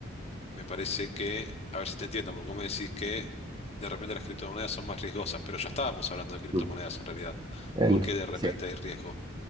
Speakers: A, on the left (about 30°); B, on the right (about 20°).
A: me parece que, a ver si te entiendo, porque vos me decís que de repente las criptomonedas son más riesgosas, pero ya estábamos hablando de criptomonedas
B: Mm,
A: en realidad.
B: En-
A: ¿Por qué de repente
B: Sí.
A: hay riesgo?